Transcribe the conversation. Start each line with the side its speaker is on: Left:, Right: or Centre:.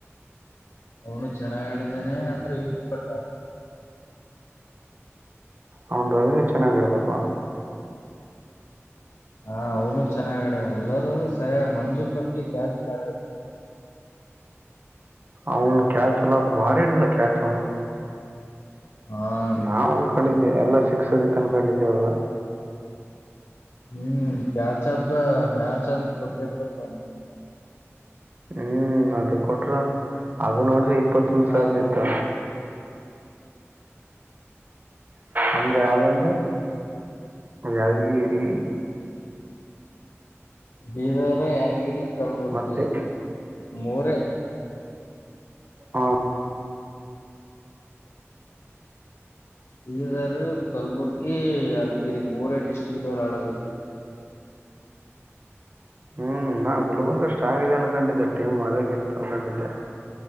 Left: ಅವನು ಚೆನ್ನಾಗ್ ಆಡಿದಾನೆ ಅಂದ್ರೆ ಯೂಸ್ ಕೊಟ್ಟ
Right: ಅವನ್ ರವಿನಿ ಚೆನ್ನಾಗಿಡದಪ್ಪಾ
Left: ಹ ಅವ್ನು ಚೆನ್ನಾಗಾಗಿಡಾನ ಎಲ್ಲರೂ ಸರಿಯ ಮಂಜು ಪಟ್ಲಿ ಕ್ಯಾಚ್ ಬಾರ್ಡ
Right: ಅವನು ಕ್ಯಾಚ್ ಎಲ್ಲ ಭಾರಿ ಇಡ್ದ ಕ್ಯಾಚ್ ಅವನು
Left: ಹಾ ಹ್ಮ್
Right: ನಾವ ಅನ್ಕೊಂಡಿದ್ದೆ ಎಲ್ಲ ಸಿಕ್ಸೋದಿ ಅನ್ಕೊಂಡಿದೇವಲ್ಲ
Left: ಹ್ಮ್ ಕ್ಯಾಚ ಅಫ ದ ಮ್ಯಾಚ ಅನ್ ಕೊತ ಪ್ರ ತಮ ನೀ
Right: ಹ್ಮ್ ಅದು ಕೊಟ್ರ ಅದು ನೋಡ್ರಿ ಇಪ್ಪತ್ತೊಂದ ಸಾವಿದ
Left: ಹಾ ಕೊಟ್ಟಿರ್
Right: ಇತ್ತು ಅಂದ ಯ್ದಂದೆ ಯದಗಿರಿ
Left: ಬೀದರ್ ಯಾದಗಿರಿ ಕಲಬುರ್ಗಿ
Right: ಮತ್ತೆ
Left: ಮೂರ
Right: ಹಾ
Left: ಬೀದರ್ ಕಲ್ಬುರ್ಗಿ ಯದಗಿರಿ ಮೂರೇ ಡಿಸ್ಟ್ರಿಕ್ ದವರು ಆಡೋದತ್ತು
Right: ಹ್ಮ್ ನಾ ಗುಲ್ಬರ್ಗ ಸ್ಟ ಹಾಂಗ್ ಇದೆ ಅನ್ಕೊಂಡಿದ್ದೆ ಟೀಮ್ ಅದೇ ಕೆಲ್ತ್ ಅನ್ಕೊಂಡಿದ್ದೆ